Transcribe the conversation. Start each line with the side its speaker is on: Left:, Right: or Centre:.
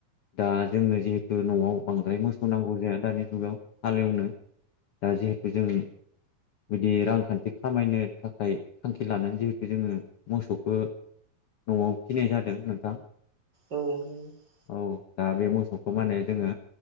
Left: दा जोंनो जिहे थु न'आव बांद्राय मोसौ नांगौ जाया दानि जुगाव हालेवनो दा जिहेथु जोंनि बिदि रांखान्थि खामायनो थाखाय थांखि लानानै जिहेथु जोङो मोसौखौ न'आव फिनाय जादों नोंथां।
Right: औ नंगौ औ औ <unintelligible>
Left: औ दा बे मोसौ खौ माने जोङो